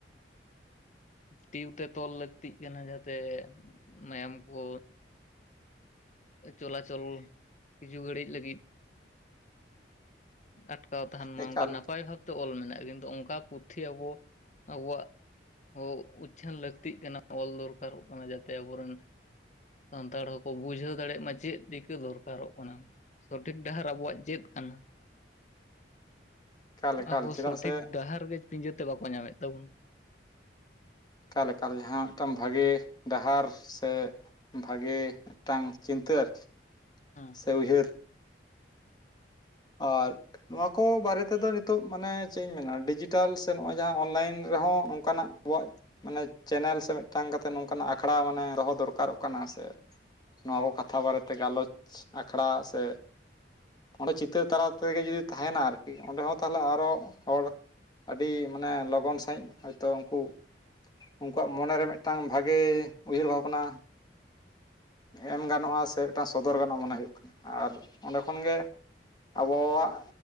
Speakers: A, on the left (about 40°); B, on the left (about 25°).
A: ᱴᱤᱭᱩ ᱛᱮ ᱛᱚᱞ ᱞᱟᱹᱠᱛᱤᱜ ᱠᱟᱱᱟ ᱡᱟᱛᱮ ᱢᱟᱭᱟᱢ ᱠᱚ ᱪᱚᱞᱟᱪᱚᱞ ᱠᱤᱪᱷᱩ ᱜᱷᱟᱹᱲᱤᱡ ᱞᱟᱹᱜᱤᱫ ᱟᱴᱠᱟᱣ ᱛᱟᱦᱮᱱ ᱢᱟ
B: ᱮᱠᱟᱞ
A: ᱚᱱᱠᱟ ᱱᱟᱯᱟᱭ ᱵᱷᱟᱵᱛᱮ ᱚᱞ ᱢᱮᱱᱟᱜᱼᱟ ᱠᱤᱱᱛᱩ ᱚᱱᱠᱟ ᱯᱩᱛᱷᱤ ᱟᱵᱚ ᱟᱵᱚᱣᱟᱜ ᱦᱚᱸ ᱩᱪᱪᱷᱟᱹᱱ ᱞᱟᱹᱠᱛᱤᱜ ᱠᱟᱱᱟ ᱚᱞ ᱫᱚᱨᱠᱟᱨᱚᱜ ᱠᱟᱱᱟ ᱡᱟᱛᱮ ᱟᱵᱚᱨᱮᱱ ᱥᱟᱱᱛᱟᱲ ᱦᱚᱸᱠᱚ ᱵᱩᱡᱷᱟᱹᱣ ᱫᱟᱲᱮᱭᱟᱜ ᱢᱟ ᱪᱮᱫ ᱪᱤᱠᱟᱹ ᱫᱚᱨᱠᱟᱨᱚᱜ ᱠᱟᱱᱟ᱾ ᱥᱚᱴᱷᱤᱠ ᱰᱟᱦᱟᱨ ᱟᱵᱚᱣᱟᱜ ᱪᱮᱫ ᱠᱟᱱᱟ
B: ᱮᱠᱟᱞ ᱮᱠᱟᱞ
A: ᱟᱵᱚ
B: ᱪᱮᱫᱟᱜ
A: ᱥᱚᱴᱷᱤᱠ
B: ᱥᱮ
A: ᱰᱟᱦᱟᱨ ᱜᱮ ᱯᱤᱸᱡᱟᱹ ᱛᱮ ᱵᱟᱠᱚ ᱧᱟᱢᱮᱫ ᱛᱟᱵᱚᱱ
B: ᱮᱠᱟᱞᱮᱠᱟ ᱡᱟᱦᱟᱸ ᱢᱤᱫᱴᱟᱝ ᱵᱷᱟᱜᱮ ᱰᱟᱦᱟᱨ ᱥᱮ ᱵᱷᱟᱜᱮ ᱢᱤᱫᱴᱟᱝ ᱪᱤᱱᱛᱟᱹ ᱟᱨᱠᱤ
A: ᱦᱮᱸ
B: ᱥᱮ ᱩᱭᱦᱟᱹᱨ᱾ ᱟᱨ ᱱᱚᱣᱟ ᱠᱚ ᱵᱟᱨᱮ ᱛᱮᱫᱚ ᱱᱤᱛᱚᱜ ᱢᱟᱱᱮ ᱪᱮᱫ ᱤᱧ ᱢᱮᱱᱟ ᱰᱤᱡᱤᱴᱟᱞ ᱥᱮ ᱱᱚᱜᱼᱚᱭ ᱡᱟᱦᱟᱸ ᱚᱱᱞᱟᱭᱤᱱ ᱨᱮᱦᱚᱸ ᱱᱚᱝᱠᱟᱱᱟᱜ ᱟᱵᱚᱣᱟᱜ ᱢᱟᱱᱮ ᱪᱮᱱᱮᱞ ᱥᱮ ᱢᱤᱫᱴᱟᱝ ᱠᱟᱛᱮᱜ ᱱᱚᱝᱠᱟᱱᱟᱜ ᱟᱠᱷᱲᱟ ᱢᱟᱱᱮ ᱫᱚᱦᱚ ᱫᱚᱨᱠᱟᱨᱚᱜ ᱠᱟᱱᱟ ᱥᱮ ᱱᱚᱣᱟ ᱠᱚ ᱠᱟᱛᱷᱟ ᱵᱟᱨᱮᱛᱮ ᱜᱟᱞᱚᱪ ᱟᱠᱷᱲᱟ ᱥᱮ ᱚᱰᱮ ᱪᱤᱛ ᱤᱛᱟᱨ ᱛᱟᱞᱟ ᱛᱮᱜᱮ ᱡᱩᱫᱤ ᱛᱟᱦᱮᱱᱟ ᱟᱨᱠᱤ ᱚᱸᱰᱮ ᱦᱚᱸ ᱛᱟᱦᱚᱞᱮ ᱟᱨᱚ ᱦᱚᱲ ᱟᱹᱰᱤ ᱢᱟᱱᱮ ᱞᱚᱜᱚᱱ ᱥᱟᱺᱦᱤᱡ ᱦᱳᱭᱛᱚ ᱩᱱᱠᱩ ᱩᱱᱠᱩᱣᱟᱜ ᱢᱚᱱᱮ ᱨᱮ ᱢᱤᱫᱴᱟᱝ ᱵᱷᱟᱜᱮ ᱩᱭᱦᱟᱹᱨ ᱵᱷᱟᱵᱽᱱᱟ ᱮᱢ ᱜᱟᱱᱚᱜᱼᱟ ᱥᱮ ᱢᱤᱫᱴᱟᱝ ᱥᱚᱫᱚᱨ ᱜᱟᱱᱚᱜᱼᱟ ᱢᱚᱱᱮ ᱦᱩᱭᱩᱜ ᱠᱟᱱᱟ ᱟᱨ ᱚᱸᱰᱮ ᱠᱷᱚᱱ ᱜᱮ᱾ ᱟᱵᱚᱣᱟᱜ